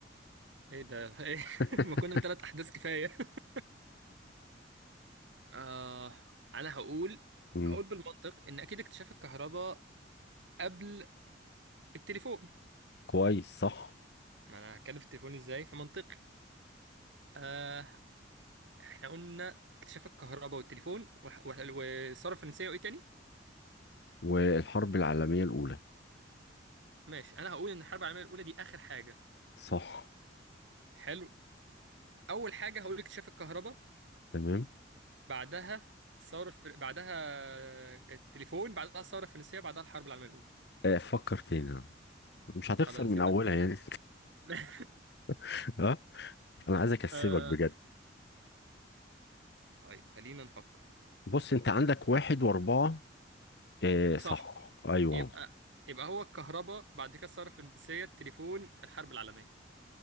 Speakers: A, on the right; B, on the left.
A: ايه ده <laughs> ايه
B: <laughs>
A: ما كنا ثلاث احداث كفاية <laughs> آه انا هقول
B: مم.
A: هقول بالمنطق ان اكيد اكتشاف الكهرباء قبل التليفون
B: كويس صح
A: ما انا هتكلم في التليفون ازاي فمنطقي آه احنا قلنا اكتشاف الكهرباء والتليفون والح- والح- والثورة الفرنسية وايه تاني
B: والحرب العالميه الاولى
A: ماشي انا هقول ان الحرب العالمية الاولى دي اخر حاجة
B: صح
A: حلو اول حاجة هقول اكتشاف الكهرباء
B: تمام
A: بعدها الثورة الفر... بعدها التليفون بعدها الثورة الفرنسية بعدها الحرب العالمية الأولى
B: آه، فكر تاني مش هتخسر
A: خلاص
B: من
A: يبقى
B: اولها
A: انت
B: يعني
A: <laughs>
B: <laughs> ها انا عايز اكسبك
A: آه...
B: بجد
A: طيب خلينا نفكر
B: بص انت عندك واحد واربعة آه
A: صح
B: صح ايوه
A: يبقى يبقى هو الكهرباء بعد كده الثورة الفرنسية التليفون الحرب العالمية